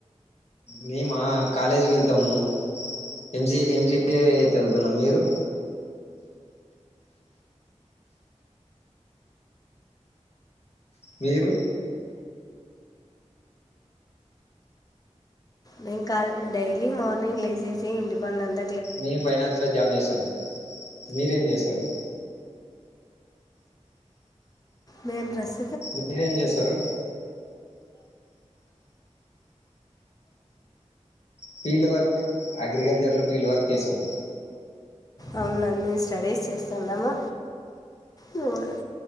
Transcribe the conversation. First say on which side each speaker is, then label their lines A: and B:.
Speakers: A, on the left (about 60°); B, on the left (about 30°).
A: మేమా కాలేజీ కి వెళ్తాము, ఎంసీ ఎంసిఏ చదువుతున్నా మీరు మీరు
B: నేను కాల్ డైలీ మార్నింగ్ లేసేసి ఇంటిపనింత
A: మేము ఫైనాన్స్లో జాబ్ చేస్తాము. మీరేం చేస్తారు
B: మేల్ డ్రస్
A: మీరేం చేస్తారు ఫీల్డ్ వర్క్ అగ్రికల్చర్ లో ఫీల్డ్ వర్క్ చేస్తామ్
B: అవును అండీ మేము స్టడీస్ చేస్తున్నాము. మోరల్